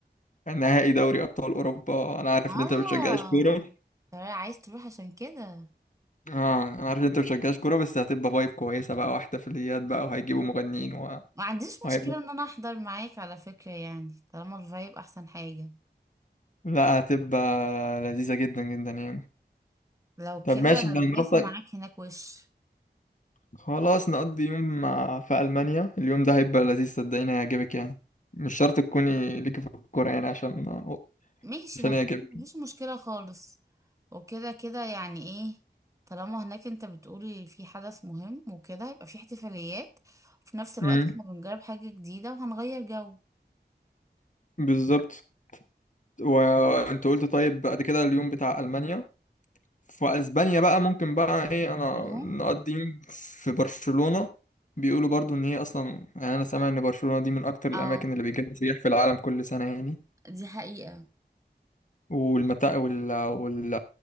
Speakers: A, on the left; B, on the right.
A: نهائي دوري أبطال أوروبا أنا عارف
B: اه
A: إن أنت ما بتشجعش كورة
B: ترى عايز تروح عشان كده
A: اه انا عارف ان انت مشجعش كوره بس هتبقى فايب كويسه بقى واحتفاليات بقى وهيجيبوا مغنيين و...
B: ما عنديش مشكلة
A: وهيبقى
B: ان انا احضر معاك على فكرة يعني طالما الفايب احسن حاجة
A: لا هتبقى لذيذه جدا جدا يعني
B: لو
A: طب
B: كده
A: ماشي انت هنروح
B: دايسة
A: طيب
B: معاك هناك وش
A: خلاص نقضي يوم مع... في المانيا اليوم ده هيبقى لذيذ صدقيني هيعجبك يعني مش شرط تكوني ليكي في الكوره يعني عشان
B: ماشي
A: عشان
B: ما في-
A: يعجبك
B: ما فيش مشكلة خالص وكده كده يعني ايه طالما هناك انت بتقول في حدث مهم وكده هيبقى في احتفاليات وفي نفس الوقت
A: امم
B: احنا بنجرب حاجة جديدة وهنغير جو
A: بالظبط وانت قلت طيب بعد كده اليوم بتاع المانيا في اسبانيا بقى ممكن بقى ايه انا
B: يوم
A: نقضي يوم في برشلونة بيقولوا برضو ان هي اصلا يعني انا سامع ان برشلونة دي من اكتر الاماكن
B: اه
A: اللي بيجي لها سياح في العالم كل سنة يعني
B: دي حقيقة
A: والمتاع وال... وال...